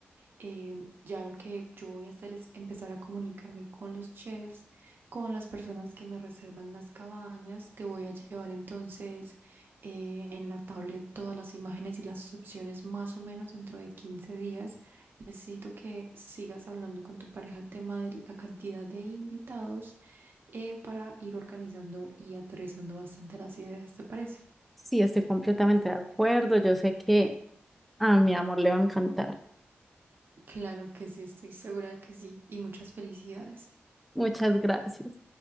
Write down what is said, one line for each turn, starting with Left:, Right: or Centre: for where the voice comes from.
Right: eh, ya lo que yo voy a hacer es empezar a comunicarme con los chefs, con las personas que me reservan las cabañas. Te voy a llevar entonces eh, en la tablet todas las imágenes y las opciones más o menos dentro de 15 días. Necesito que sigas hablando con tu pareja el tema de la cantidad de invitados eh, para ir organizando y aterrizando bastante las ideas, ¿te parece?
Centre: Sí, estoy completamente de acuerdo. Yo sé que a mi amor le va a encantar.
Right: Claro que sí, estoy segura de que sí y muchas felicidades.
Centre: Muchas gracias.